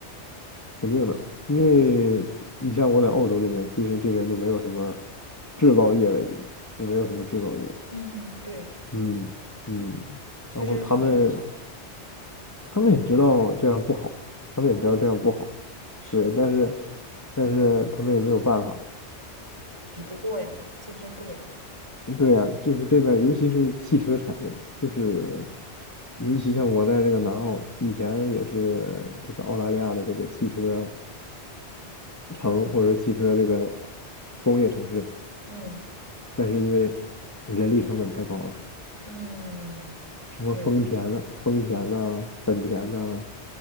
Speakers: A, on the left; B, on the right.
A: 肯定的，因为你像我在澳洲这边，其实这边就没有什么制造业了，已经就没有什么制造业了。
B: 嗯，对，
A: 嗯嗯，
B: 所以这是好还是不好？
A: 然后他们他们也知道这样不好，他们也知道这样不好。
B: 嗯，是
A: 对，但是但是他们也没有办法。
B: 比不过呀，竞争不了。
A: 嗯对呀、就是这边儿尤其是汽车产业，就是尤其像我在这个南澳，以前也是这个澳大利亚的这个汽车城或者汽车这个
B: 嗯
A: 工业城市，
B: 嗯
A: 但是因为人力成本太高了，
B: 嗯，
A: 什么丰田呐、
B: 对，
A: 丰田呐、本田呐、